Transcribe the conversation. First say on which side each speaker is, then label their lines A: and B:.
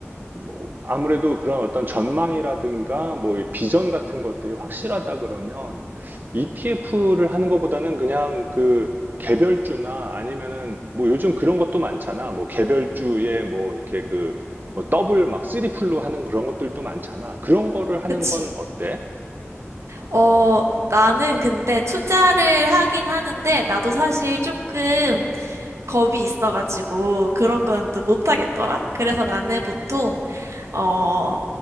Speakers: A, on the right; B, on the right.
A: 뭐 아무래도 그런 어떤 전망이라든가 뭐이 비전 같은 것들이 확실하다 그러면 ETF를 하는 것보다는 그냥 그 개별주나 아니면은 뭐 요즘 그런 것도 많잖아. 뭐 개별주에 뭐 이렇게 그 뭐 더블 막 쓰리풀로 하는 그런 것들도 많잖아. 그런 거를 하는
B: 그치?
A: 건 어때?
B: 어, 나는 근데 투자를 하긴 하는데, 나도 사실 조금 겁이 있어가지고, 그런 건 또 못하겠더라? 그래서 나는 보통, 어,